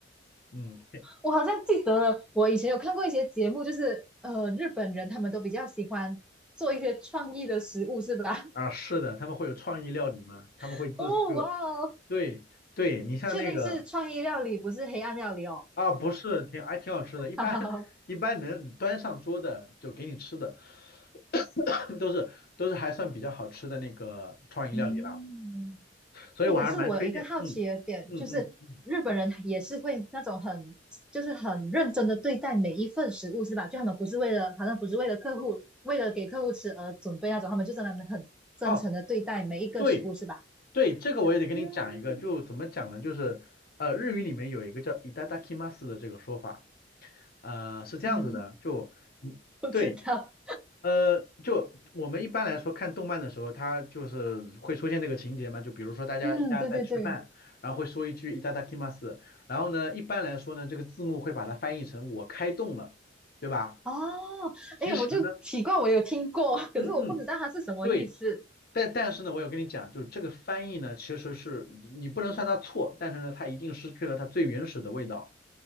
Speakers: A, on the left (about 55°); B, in the centre.
A: 嗯，
B: 我好像记得了，我以前有看过一些节目，就是呃，日本人他们都比较喜欢做一些创意的食物，是吧？
A: 啊，是的，他们会有创意料理嘛，他们会自就
B: <laughs> 哦，哇哦，
A: 对对，你像那个
B: 确定是创意料理，不是黑暗料理哦。
A: 啊，不是挺还挺好吃的，一般
B: <laughs> 好，
A: <laughs> 一般能端上桌的就给你吃的，<coughs> 都是都是还算比较好吃的那个创意料理啦，
B: 嗯。
A: 所以我还是蛮推荐，
B: 哎，可是我有一个好奇的点就是，
A: 嗯嗯嗯，
B: 日本人也是会那种很，就是很认真的对待每一份食物，是吧？就他们不是为了，好像不是为了客户，为了给客户吃而准备那种，他们就真的很真诚的对待每一个食物，
A: 哦，对
B: 是吧？
A: 对，这个我也得跟你讲一个，
B: 嗯，
A: 就怎么讲呢？就是呃，日语里面有一个叫 i t a d a k i 的这个说法，呃，是这样子的，
B: <laughs> 嗯
A: 就嗯对，
B: 不知道，
A: 呃，就我们一般来说看动漫的时候，它就是会出现这个情节嘛，就比如说大家一家在吃饭，
B: 嗯，对对对，
A: 然后会说一句 i t a d a k i 然后呢，一般来说呢，这个字幕会把它翻译成我开动了，对吧？
B: 哦，
A: 其实呢，
B: 哎，我就奇怪，我有听过，
A: 嗯嗯。
B: 可是我不知道它是什么意思。
A: 对，但但是呢，我有跟你讲，就是这个翻译呢，其实是你不能算它错，但是呢，它一定失去了它最原始的味道。